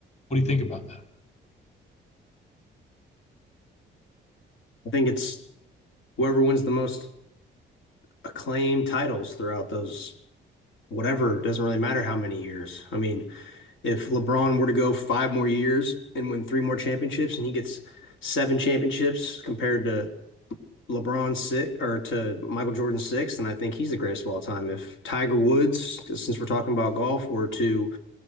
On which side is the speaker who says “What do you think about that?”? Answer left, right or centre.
Left